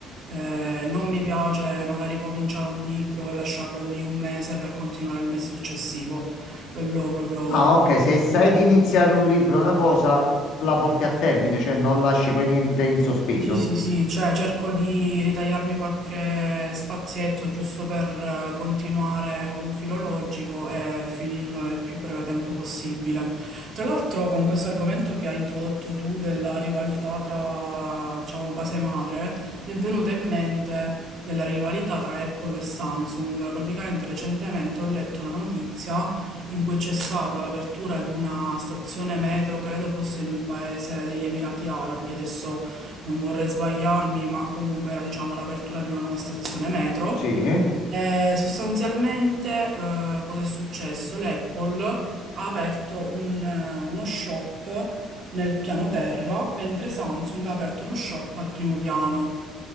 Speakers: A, on the right; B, on the left.
A: eh, non mi piace magari cominciare un libro e lasciarlo lì un mese per continuare il mese successivo, quello proprio
B: Ah,
A: lo
B: ok, se sai di iniziare un libro, una cosa, la porti a termine, cioè non lasci poi niente in sospeso.
A: Sì, sì, sì, cioè cerco di ritagliarmi qualche spazietto giusto per eh, continuare con un filo logico e finirlo nel più breve tempo possibile. Tra l'altro, con questo argomento che hai introdotto tu della rivalità tra, diciamo, case madre, mi è venuta in mente della rivalità tra Apple e Samsung. Praticamente recentemente ho letto una notizia in cui c'è stata l'apertura di una stazione metro, credo fosse in un paese degli Emirati Arabi, adesso non vorrei sbagliarmi, ma comunque era diciamo l'apertura di una nuova stazione metro
B: Sì,
A: eh, sostanzialmente, eh, cosa è successo? L'Apple ha aperto un, eh, uno shop nel piano terra, mentre Samsung ha aperto uno shop al primo piano.